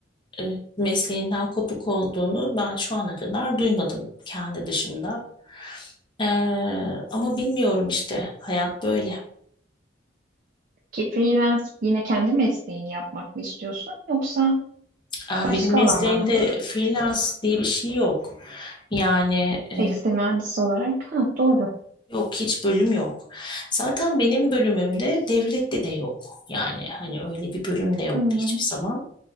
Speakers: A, on the left; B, on the right.
A: e, mesleğinden kopuk olduğunu ben şu ana kadar duymadım kendi dışımda. Ee, ama bilmiyorum işte hayat böyle.
B: Ki freelance yine kendi mesleğini yapmak mı istiyorsun yoksa
A: Aa,
B: başka
A: benim mesleğimde
B: alana mı?
A: freelance diye bir şey yok. Yani e,
B: Tekstil mühendisi olarak. Ha, doğru.
A: yok hiç bölüm yok. Zaten benim bölümümde devlette de yok. Yani hani öyle bir bölüm de yoktu
B: Hı hı.
A: hiçbir zaman.